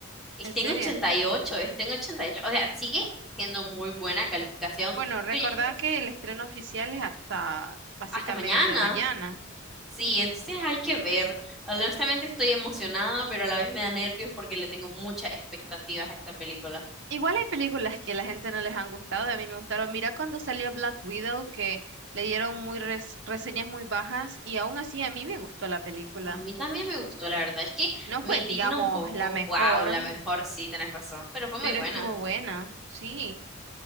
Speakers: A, in the centre; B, on the right (about 55°).
A: Está
B: ¿En serio?
A: en ochenta y ocho está en ochenta y ocho O sea, sigue siendo muy buena calificación,
B: Bueno, recordad
A: pero ya no-
B: que el estreno oficial es hasta básicamente
A: hasta mañana.
B: mañana.
A: Sí, entonces hay que ver. Honestamente estoy emocionada, pero a la vez me da nervios porque le tengo muchas expectativas a esta película.
B: Igual hay películas que a la gente no les han gustado, a mí me gustaron. Mira cuando salió Black Widow, que le dieron muy res- reseñas muy bajas y aún así a mí me gustó la película.
A: A mí también me gustó, la verdad es que
B: No
A: me
B: fue,
A: indigna
B: digamos,
A: un poco.
B: la mejor,
A: Wow, la mejor, sí, tenés razón, pero fue muy
B: pero
A: buena.
B: estuvo buena, sí.